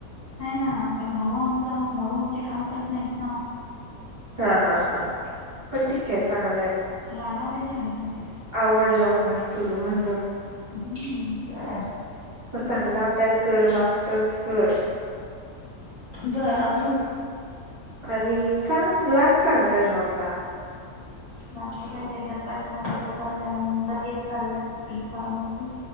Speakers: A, on the left (about 25°); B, on the right (about 30°).
A: ह ना पण भाऊ आमचा भाऊ आमचे काम करत नाहीत ना.
B: हां हां हां पण ठीक आहे चांगलंय.
A: लाडावलेली आहेत आमची.
B: आवडलं मला तुझ म्हणण
A: हम्म बर
B: मग
A: तुमचं
B: चांगला अभ्यास. कर मास्टर्स कर.
A: बरं अजून.
B: आणि चांग लाग चांगल्या जॉबला.
A: माग त काय त्याच्याच पाठी मगात्र चाललंय म्हणून तर घेत चाललं बी फार्मसी.